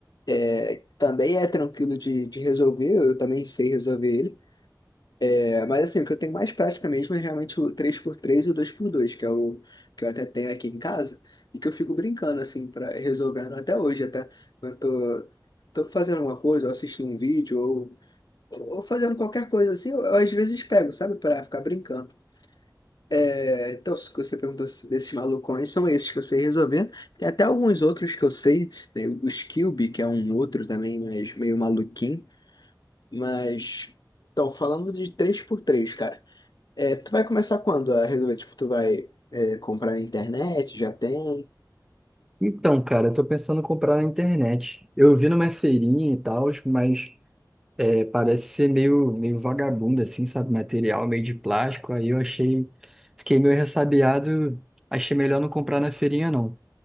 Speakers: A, on the left (about 65°); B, in the centre.
A: É, também é tranquilo de, de resolver, eu também sei resolver ele. É, mas assim, o que eu tenho mais prática mesmo é realmente o três por três e o 2x2, que é o que eu até tenho aqui em casa, e que eu fico brincando, assim, para resolvendo até hoje, até quando eu tô, tô fazendo alguma coisa, ou assistindo um vídeo, ou, ou fazendo qualquer coisa assim, eu, eu às vezes pego, sabe, para ficar brincando. É, então, se você perguntou se- desses malucões, são esses que eu sei resolver. Tem até alguns outros que eu sei, né? O Skillby, que é um outro também, mas meio maluquinho. Mas, então, falando de três por três, cara, é, tu vai começar quando a resolver? Tipo, tu vai, é, comprar na internet? Já tem?
B: Então, cara, eu tô pensando em comprar na internet. Eu vi numa feirinha e tal, mas é, parece ser meio, meio vagabundo, assim, sabe? Material meio de plástico. Aí eu achei, fiquei meio ressabiado, achei melhor não comprar na feirinha, não.